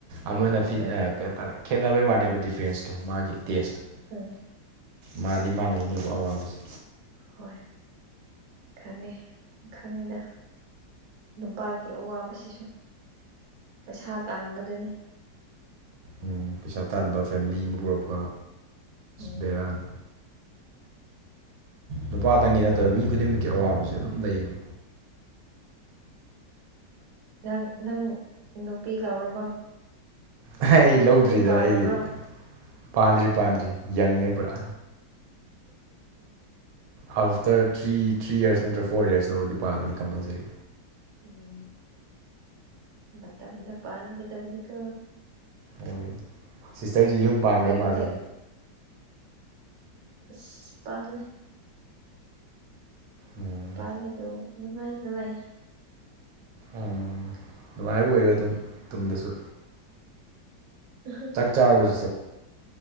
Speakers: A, on the right; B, on the right.
A: ꯑꯃꯅ ꯐꯤ
B: ꯎꯝ
A: ꯑ ꯀꯩ ꯍꯥꯏꯇꯥꯔꯦ ꯈꯦꯠꯅꯕꯩ ꯋꯥꯅꯦꯕ ꯗꯤꯐ꯭ꯔꯦꯟꯁꯇꯣ ꯃꯥꯒꯤ ꯇꯦꯁꯇꯣ
B: ꯎꯝ
A: ꯃꯥꯟꯗꯤ ꯃꯥꯟꯅꯩꯅꯦꯕ ꯑꯋꯥꯕꯁꯦ
B: ꯍꯣꯏ ꯈꯪꯉꯦ ꯈꯪꯉꯦꯗ ꯅꯨꯄꯥꯒꯤ ꯑꯋꯥꯕꯁꯤꯁꯨ ꯄꯩꯁꯥ ꯇꯥꯟꯕꯗꯨꯅꯤ
A: ꯎꯝ ꯄꯩꯁꯥ ꯇꯥꯟꯕ ꯐꯦꯃꯤꯂꯤ ꯑꯃ ꯄꯨꯔꯛꯄ
B: ꯎꯝ
A: ꯕꯦꯔꯥꯅꯤ ꯅꯨꯄꯥꯇꯪꯒꯤ ꯅꯠꯇꯕ ꯃꯤ ꯈꯨꯗꯤꯡꯃꯛꯀꯤ ꯑꯋꯥꯕꯁꯦ ꯑꯗꯨꯝ ꯂꯩꯌꯦꯕ
B: ꯅꯪ ꯅꯪ ꯅꯨꯄꯤ ꯂꯥꯎꯔꯕ
A: ꯑꯍꯩ ꯂꯧꯗ꯭ꯔꯤꯗ
B: ꯄꯥꯜꯂꯕ꯭ꯔꯣ
A: ꯑꯩꯗꯤ ꯄꯥꯟꯗ꯭ꯔꯤ ꯄꯥꯟꯗ꯭ꯔꯤ ꯌꯪꯅꯦ ꯄꯨꯔꯥ up after three three years ꯅꯠꯇ꯭ꯔ ꯐꯣꯔ ꯏꯌꯔꯁ ꯇꯕꯨꯗꯤ ꯄꯥꯜꯂꯅꯤ ꯀꯝꯄꯜꯁꯔꯤ
B: ꯎꯝ ꯃꯇꯝꯗ ꯄꯥꯟꯒꯗꯕꯅꯤꯀꯣ
A: ꯍꯣꯏ ꯁꯤꯁꯇꯔꯁꯤ ꯌꯨꯝ
B: ꯅꯪ
A: ꯄꯥꯟꯒ꯭ꯔ
B: ꯒꯥꯔꯤ
A: ꯃꯥꯜꯂꯦꯅꯦ
B: ꯑꯁ ꯄꯥꯜꯂꯦ
A: ꯑꯣꯝ <unintelligible>
B: ꯄꯥꯂꯤꯗꯣ ꯅꯨꯡꯉꯥꯏꯅ ꯂꯩ
A: ꯎꯝ ꯅꯨꯡꯉꯥꯏꯕ ꯑꯣꯏꯌꫭ ꯑꯗꯨꯝ ꯇꯨꯡꯗꯁꯨ
B: ꯎ <unintelligible>
A: ꯆꯔꯕꯣ <unintelligible>